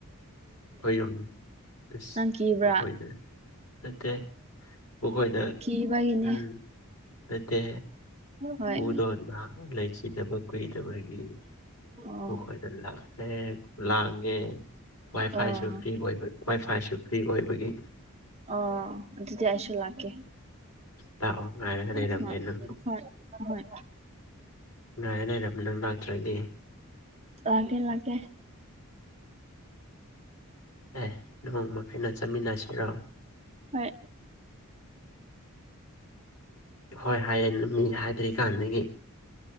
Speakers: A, on the left (about 85°); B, on the right (about 30°).
A: ꯍꯣꯏ ꯌꯥꯝ ꯑꯦꯁ
B: ꯅꯪ ꯀꯤꯕ꯭ꯔꯥ
A: ꯍꯣꯏꯅꯦ ꯅꯠꯇꯦ ꯑꯈꯣꯏꯗ
B: ꯀꯤꯕꯒꯤꯅꯦ
A: ꯎꯝ ꯅꯠꯇꯦ
B: ꯍꯣꯏ
A: ꯄꯨꯗꯣꯟꯕ ꯂꯩꯈꯤꯗꯕ ꯀꯨꯏꯅꯕꯒꯤ
B: ꯑꯣ
A: ꯄꯨꯈꯣꯏꯗ ꯂꯥꯛꯇꯦ ꯂꯥꯡꯉꯦ ꯋꯥꯏ ꯐꯥꯏꯁꯨ
B: ꯑꯣ
A: ꯐ꯭ꯔꯤ ꯑꯣꯏꯕ ꯋꯥꯏ ꯐꯥꯏꯁꯨ ꯐ꯭ꯔꯤ ꯑꯣꯏꯕꯒꯤ
B: ꯑꯣ ꯑꯗꯨꯗꯤ ꯑꯩꯁꯨ ꯂꯥꯛꯀꯦ
A: ꯂꯥꯛꯑꯣ ꯉꯥꯏꯔꯒ
B: ꯍꯣꯏ
A: ꯂꯩꯔꯝꯒꯦ ꯅꯪꯕꯨ
B: ꯍꯣꯏ ꯍꯣꯏ
A: ꯉꯥꯏꯔ ꯂꯩꯔꯝ ꯅꯪ ꯂꯥꯛꯇ꯭ꯔꯗꯤ
B: ꯂꯒꯦ ꯂꯒꯦ
A: ꯑꯦ <unintelligible> ꯆꯠꯃꯤꯟꯅꯁꯤꯔꯣ
B: ꯍꯣꯏ
A: ꯍꯣꯏ ꯍꯥꯏꯑꯌꯦ ꯅꯨꯃꯤ ꯍꯥꯏꯗ꯭ꯔꯤꯀꯥꯟꯗꯒꯤ